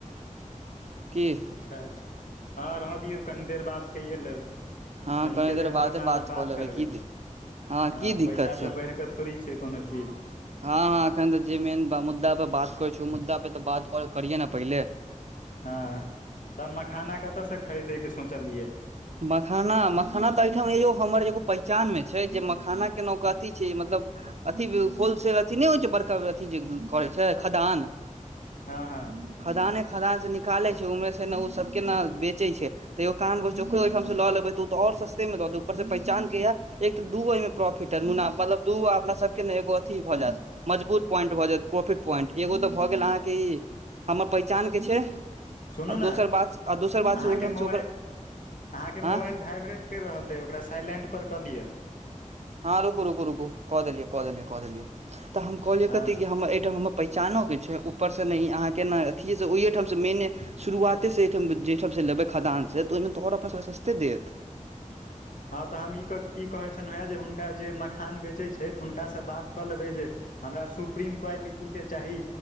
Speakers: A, on the right (about 55°); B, on the left (about 85°).
A: की
B: अच्छा अच्छा हँ रहऽ दियौ कनि देर बाद कइए लेब।
A: हँ
B: कनिके
A: कनी
B: देर
A: बादे
B: तऽ अपना सब बात
A: कऽ लेबै
B: करबै।
A: की
B: हँ,
A: की दिक्कत
B: पैसा
A: छै
B: से बैढ़ कऽ थोड़ी छै कोनो चीज।
A: हँ -हँ, एखन तऽ जे मेन ब मुद्दा पर बात करै छै, ओ मुद्दा पे तऽ बात करिये ने पहिले। <inaudible>
B: हँ तब मखाना कतऽ से खरीदेके सोचलियै?
A: मखाना मखाना तऽ एहिठाम यौ हमर एगो पहिचान मे छै, जे मखाना के न क ओ अथी छै। मतलब अथी इ होलसेल अथी नय होइ छै, बड़का अथी जे करै छै खदान। <inaudible>
B: हँ हँ
A: खदाने खदान से निकालै छै, उम्हरे से ने ओ सबके न बेचय छै, तैयो काम ओकरो ओहिठाम से लेब तऽ, और सस्ते मे दऽ देत, ऊपर से पहचान के यै। एक तऽ दूगो अयमे प्रोफिट अय, मुना मतलब दू गो अपना सबके के ने एगो अथी भऽ जैत। मजबूत पॉइंट भऽ जैत, प्रोफिट पॉइंट एगो तऽ भऽ गेल अहाँके ई हमर पहिचान के छै,
B: सुनू
A: आ
B: ने
A: दोसर बात! आ दोसर बात
B: अहाँके
A: छै, ओहिठाम से
B: मोबाइल
A: ओकर
B: अहाँके
A: आँ
B: मोबाइल भाइब्रेट कैर रहल अइ, ओकरा साइलेंटपर कऽ लिअ।
A: हँ रुकु- रुकु -रुकु कऽ देलियै, कऽ देलियै, कऽ देलियै, तऽ हम कहलिय
B: हँ
A: कथि कि, हमर अइठाम हमर पहिचानोक के छै, ऊपरसँ ने ई अहाँके ने अथीए से ओहिएठामसँ मेने शुरुआत <unintelligible> जे ठाम से लेबै खदान से तऽ ओइमे तो और अपनाके सस्ते देत।
B: हँ तऽ हम ई ई कहै छन हे जे, हुनका जे मखान बेचै छै, हुनकासँ बात कऽ लेबै जे हमरा सुप्रीम क्वैटीटी के चाही,